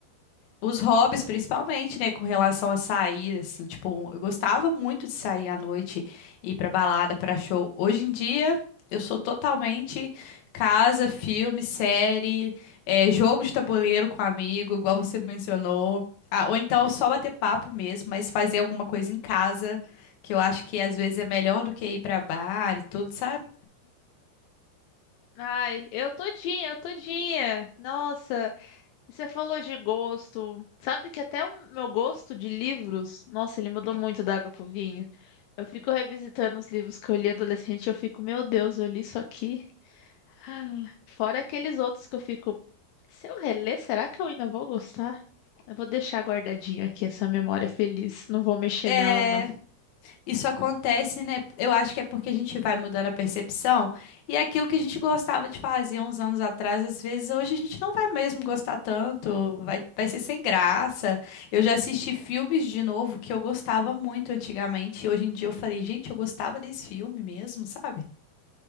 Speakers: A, on the left (about 65°); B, on the left (about 80°).
A: os hobbies principalmente, né, com relação a sair, assim, tipo, eu gostava muito de sair à noite, ir pra balada, pra show. Hoje em dia, eu sou totalmente casa, filme, série, eh, jogo de tabuleiro com amigo, igual você mencionou. Ah, ou então só bater papo mesmo, mas fazer alguma coisa em casa, que eu acho que às vezes é melhor do que ir pra bar e tudo, sabe?
B: Ai, eu todinha, eu todinha. Nossa, e você falou de gosto. Sabe que até o meu gosto de livros, nossa, ele mudou muito da água pro vinho. Eu fico revisitando os livros que eu li adolescente, eu fico, meu Deus, eu li isso aqui. Ah, Fora aqueles outros que eu fico, se eu reler, será que eu ainda vou gostar? Eu vou deixar guardadinho aqui essa memória feliz, não vou mexer
A: É,
B: nela não.
A: Isso acontece, né? Eu acho que é porque a gente vai mudando a percepção e é aquilo que a gente gostava de fazer uns anos atrás, às vezes hoje a gente não vai mesmo gostar tanto, vai, vai ser sem graça. Eu já assisti filmes de novo que eu gostava muito antigamente e hoje em dia eu falei, gente, eu gostava desse filme mesmo, sabe?